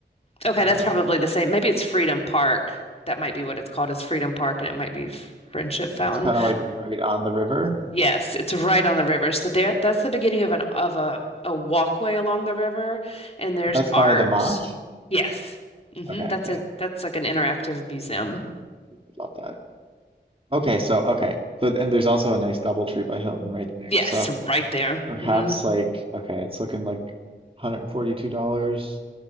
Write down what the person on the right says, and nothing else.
Um,
it's kind of like right on the river.
That's by
the Mosh.
Okay,
yeah,
I love that. Okay, so okay, so and there's also a nice double tree by Hilton right there.
So
perhaps
like okay, it's looking like $142.